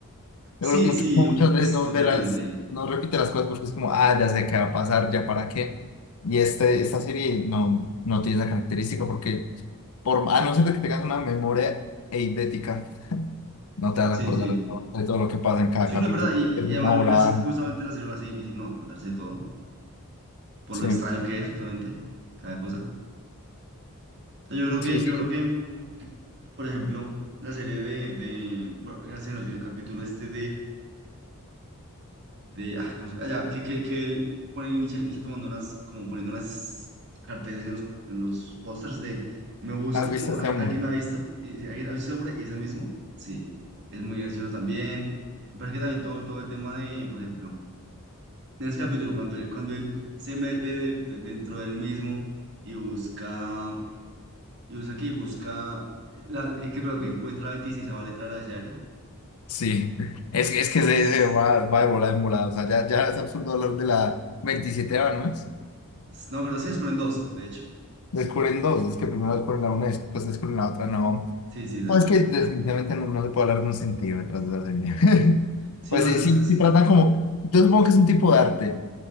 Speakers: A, on the right; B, on the left.
A: Sí,
B: Yo creo que
A: sí,
B: mucho- como
A: u-
B: muchas veces no
A: totalmente.
B: ve las, no repite las cosas porque es como, ah, ya sé qué va a pasar, ya para qué. Y este, esta serie no, no tiene esa característica porque, por, a no ser de que tengas una memoria eidética, no te vas
A: Sí,
B: a acordar
A: sí.
B: de todo, de todo lo que pasa en cada
A: Sí,
B: capítulo.
A: no es verdad. Y, y
B: Es una
A: y además yo
B: volada.
A: creo que es justamente la serie lo hace difícil no acordarse de todo, por
B: Sí,
A: lo extraño que es justamente cada cosa. O sea, yo creo que,
B: sí, sí.
A: yo creo que, por ejemplo, la serie de, de, bueno, ya se nos dio el capítulo este de, ah, ¿cómo se- ah, ya, que, que, que él pone, inicia, inicia tomando unas, como poniendo unas carteles en los, en los pósters de me busco,
B: ¿Has visto
A: como
B: este
A: "Al-
B: hombre?
A: alguien me ha visto, y dice, alguien ha visto ese hombre, y ese mismo, sí, es muy gracioso también. Me parece que también todo, todo el tema de, por ejemplo, en ese capítulo, cuando él, cuando él se mete en el- dentro del mismo y busca, y busca que busca, la, eh, que, pero que encuentra la 26ª letra del abecedario.
B: Sí. Es, es que
A: Es-
B: se, se va, va de volada en volada. O sea, ya, ya es absurdo hablar de la 27 ¿no es?
A: es- No, creo que se descubren dos, de hecho.
B: Descubren dos. Es que primero descubren la una, después descubren la otra, no.
A: Sí, sí, exacto.
B: No, es que definitivamente
A: exacto.
B: no, no se puede hablar de un sentido detrás de la serie. <laughs>
A: Sí,
B: Pues
A: no,
B: sí,
A: es, es-
B: sí, sí tratan como, yo supongo que es un tipo de arte,